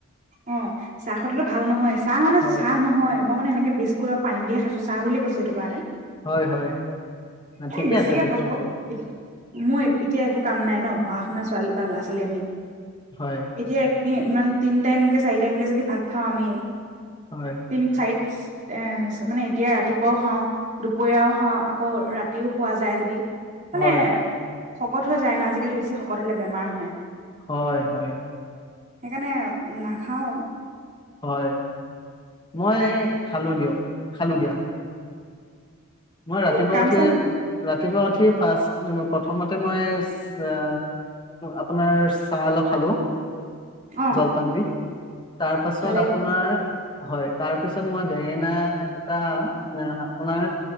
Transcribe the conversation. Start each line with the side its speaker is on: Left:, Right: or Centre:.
Right: অঁ চাহ খোৱাটো ভাল নহয় চাহ মানে
Left: হয়
Right: চাহ নহয় মই মানে এনেকৈ বিস্কুট পানী দিয়ে খাইছোঁ চাহ বুলি কৈছোঁ সেই কাৰণে
Left: হয় হয়
Right: এ
Left: ঠিকে
Right: বেছিকে
Left: আছে ঠিকে
Right: ভাত খাওঁ
Left: আছে
Right: মই এতিয়া একো কাম নাই ন' পঢ়া'শুনা ছোৱালী বা ল'ৰা-ছোৱালী আমি।
Left: হয়
Right: এতিয়া ইমান তিনি টাইমকে চাৰি টাইমকে যদি ভাত খাওঁ আমি।
Left: হয় হয়
Right: তিন চাৰি এ মানে এতিয়া ৰাতিপুৱাও খাওঁ। দুপৰীয়াও খাওঁ আকৌ ৰাতি ৰাতিও খোৱা যায় যদি। মানে
Left: হয়
Right: শকত হৈ যায় ন' আজিকালি বেছি শকত হ'লে বেমাৰ হয়।
Left: হয়, হয়।
Right: সেইকাৰণে নাখাওঁ।
Left: হয়, মই খালোঁ দিয়ক। খালোঁ দিয়া। মই ৰাতিপুৱা
Right: এই কাম
Left: উঠি
Right: চাম
Left: ৰা ৰাতিপুৱা উঠি ফাৰ্ষ প্ৰথমতে মই অ' আপোনাৰ চাহ অলপ খালোঁ
Right: অ
Left: জলপান দি। তাৰ পাছত
Right: ভালে
Left: আপোনাৰ
Right: কৰিলা
Left: হয় তাৰ পিছত মই বেঙেনা এটা আপোনাৰ